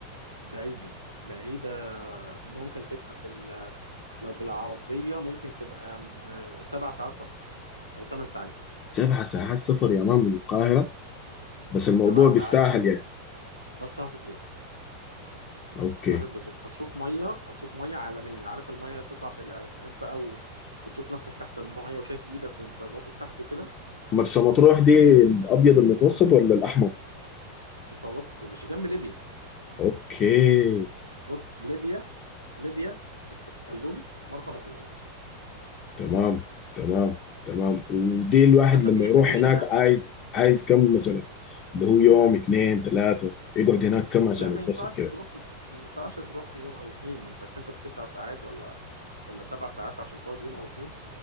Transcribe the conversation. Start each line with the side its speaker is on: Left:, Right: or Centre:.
Right: بعيدة بعيدة ممكن تبقى بال... لو بالعربية ممكن تبقى م- سبع ساعات سفر أو ثمان ساعات
Left: سبع ساعات سفر يا مان من القاهرة بس الموضوع
Right: سبع ساعات
Left: بيستاهل
Right: سفر
Left: يعني
Right: بس هتتبسط
Left: اوكي
Right: هتتبسط هتشوف مية هتشوف مية عالمية عارف المية اللي بتطلع في الإعلانات بقى وبتشوف نفسك تحت المية وشايف إيدك وأنت باصص تحت وكده
Left: مرسى مطروح دي الابيض المتوسط ولا الاحمر
Right: متوسط يا باشا جنب ليبيا
Left: اوكي
Right: بص ليبيا ليبيا السلوم مرسى مطروح
Left: تمام تمام تمام ودي
Right: فاهم
Left: الواحد
Right: حتى
Left: لما
Right: في
Left: يروح
Right: في
Left: هناك
Right: شارع
Left: عايز عايز كم مثلا اللي هو يوم اتنين تلاتة يقعد هناك كم عشان
Right: لا ما
Left: يتبسط
Right: ينفعش
Left: كده
Right: تروح ما ينفعش تروح يوم او اتنين انت هتسافر تسع ساعات ولا ولا سبع ساعات عشان تقعد يوم او اتنين